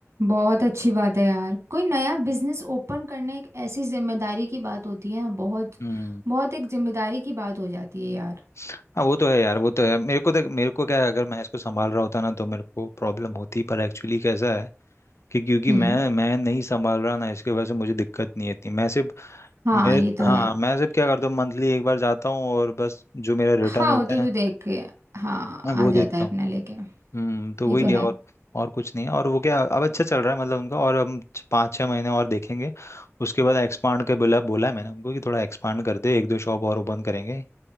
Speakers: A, on the right (about 65°); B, on the left (about 65°).
A: बहुत अच्छी बात है यार कोई नया बिजनेस ओपन करना एक ऐसी जिम्मेदारी की बात होती है बहुत
B: हम्म
A: बहुत एक जिम्मेदारी की बात हो जाती है यार
B: हाँ वो तो है यार वो तो है मेरे को देख मेरे को क्या है अगर मैं इसको संभाल रहा होता ना तो मेरे को प्रॉब्लम होती पर एक्चुअली कैसा है कि क्योंकि
A: हम्म
B: मैं मैं नहीं संभाल रहा ना इसके वजह से मुझे दिक्कत नहीं इतनी मैं सिर्फ
A: हाँ
B: मैं
A: ये तो
B: हाँ
A: है
B: मैं सिर्फ क्या करता हूँ मंथली एक बार जाता हूँ और बस जो मेरा रिटर्न
A: हाँ
B: होता
A: वो तो तू
B: है
A: देख के हाँ
B: मैं वो
A: आ जाता
B: देखता
A: है
B: हूँ
A: अपना लेके
B: हम्म तो वही
A: ये तो
B: है और
A: है
B: और कुछ नहीं है और वो क्या अब अच्छा चल रहा है मतलब उनका और हम छ- पाँच छः महीने और देखेंगे उसके बाद एक्सपांड के बोला बोला है मैंने उनको कि थोड़ा एक्सपांड कर दे एक दो शॉप और ओपन करेंगे